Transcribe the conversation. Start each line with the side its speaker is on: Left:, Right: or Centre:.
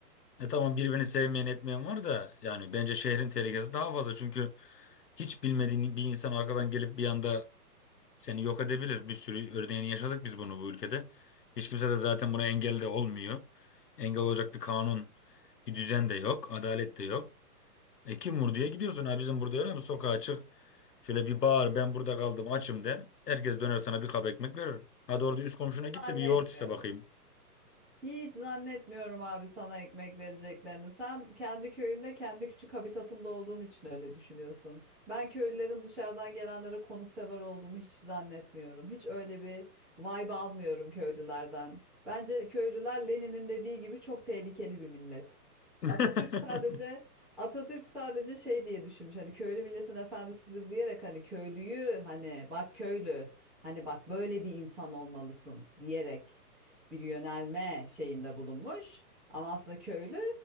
Left: E tamam birbirini sevmeyen etmeyen var da yani bence şehrin tehlikesi daha fazla çünkü hiç bilmediğin bir insan arkadan gelip bir anda Seni yok edebilir. Bir sürü örneğini yaşadık biz bunu bu ülkede. Hiç kimse de zaten buna engel de olmuyor. Engel olacak bir kanun, bir düzen de yok, adalet de yok. E kim vur diye gidiyorsun ha bizim burada öyle mi? Sokağa çık, şöyle bir bağır ben burada kaldım açım de. Herkes döner sana bir kap ekmek verir. Hadi orada üst komşuna git
Centre: zannetmiyorum.
Left: de bir yoğurt iste bakayım.
Centre: Hiç zannetmiyorum abi sana ekmek vereceklerini. Sen kendi köyünde, kendi küçük habitatında olduğun için öyle düşünüyorsun. Ben köylülerin dışarıdan gelenlere konuksever olduğunu hiç zannetmiyorum. Hiç öyle bir vibe almıyorum köylülerden. Bence köylüler Lenin'in dediği gibi çok tehlikeli bir millet.
Left: <laughs>
Centre: Atatürk sadece Atatürk sadece şey diye düşünmüş. Hani köylü milletin efendisidir diyerek hani köylüyü hani bak köylü hani bak böyle bir insan olmalısın diyerek bir yönelme şeyinde bulunmuş. Ama aslında köylü